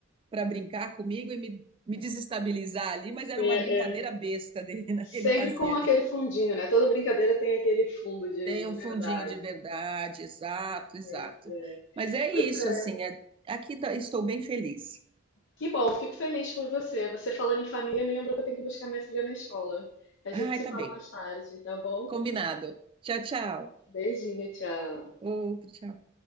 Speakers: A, on the right (about 25°); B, on the left (about 65°).
A: para brincar comigo e me, me desestabilizar ali, mas era
B: é,
A: uma brincadeira
B: é
A: besta dele, né?
B: sempre
A: que Ele fazia
B: com
A: ali.
B: aquele fundinho, né? Toda brincadeira tem aquele fundo de,
A: Tem
B: de
A: um
B: verdade.
A: fundinho de verdade, exato, exato.
B: Mas
A: Mas é
B: é.
A: isso, assim, é- aqui tá- estou bem feliz.
B: Que bom, fico feliz por você. Você falando em família me lembrou que eu tenho que buscar minha filha na escola. A gente
A: Ai,
B: se
A: tá
B: fala
A: bem.
B: mais tarde, tá bom?
A: Combinado. Tchau, tchau.
B: Beijinho, tchau.
A: Outro tchau.